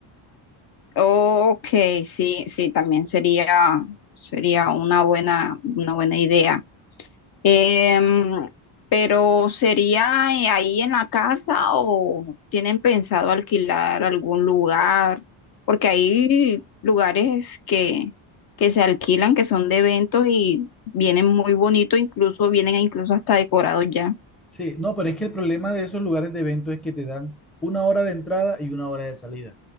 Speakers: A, on the left; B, in the centre.
A: Ok, sí, sí, también sería, sería una buena, una buena idea. Em, pero ¿sería eh, ahí en la casa o tienen pensado alquilar algún lugar? Porque hay lugares que, que se alquilan, que son de eventos y vienen muy bonitos, incluso vienen incluso hasta decorados ya.
B: Sí, no, pero es que el problema de esos lugares de evento es que te dan una hora de entrada y una hora de salida.